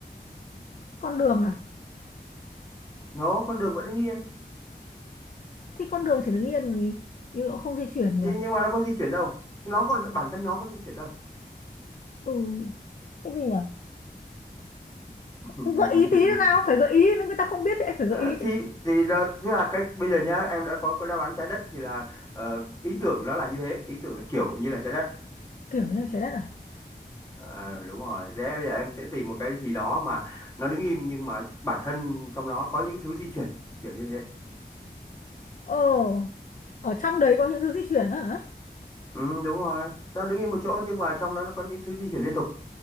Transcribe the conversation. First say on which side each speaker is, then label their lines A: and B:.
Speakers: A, on the left; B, on the left.
A: con đường à
B: nó con đường vẫn đứng yên
A: thì con đường chỉ đứng yên còn gì nhưng nó không di chuyển nhỉ
B: thế nhưng mà nó có di chuyển đâu nó còn bản thân nó có di chuyển đâu
A: ừ cái gì nhỉ
B: <laughs>
A: Cứ gợi ý tí nữa nào phải gợi ý nếu người ta không biết thì anh phải gợi
B: Ờ,
A: ý chứ
B: thì thì đó tức là cách bây giờ nhá em đã có có đáp án trái đất thì là ờ, ý tưởng nó là như thế ý tưởng là kiểu như là trái đất
A: kiểu như là trái đất à
B: Ờ, đúng rồi thế bây giờ em sẽ tìm một cái gì đó mà nó đứng im nhưng mà bản thân trong đó có những thứ di chuyển kiểu như thế
A: ồ ở trong đấy có những thứ di chuyển á hả
B: ừ, đúng rồi nó đứng im một chỗ nhưng mà trong đó nó có những thứ di chuyển liên tục